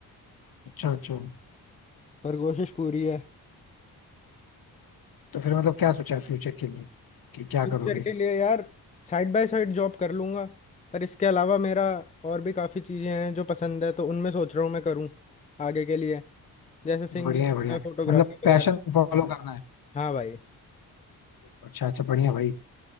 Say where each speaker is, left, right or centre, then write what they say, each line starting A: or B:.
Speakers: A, on the left (about 55°); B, on the left (about 15°).
A: अच्छा अच्छा
B: पर कोशिश पूरी है
A: तो फिर मतलब क्या सोचा है फ्यूचर के लिए कि क्या
B: फ्यूचर
A: करोगे
B: के लिए यार साइड बाय साइड जॉब कर लूंगा पर इसके अलावा मेरा और भी काफ़ी चीज़ें हैं जो पसंद है तो उनमें सोच रहा हूँ मैं करूँ आगे के लिए जैसे सिंगिंग
A: बढ़िया है बढ़िया है
B: फोटोग्राफी
A: मतलब पैशन
B: वगैरह
A: फॉलो करना है
B: हाँ भाई
A: अच्छा अच्छा बढ़िया भाई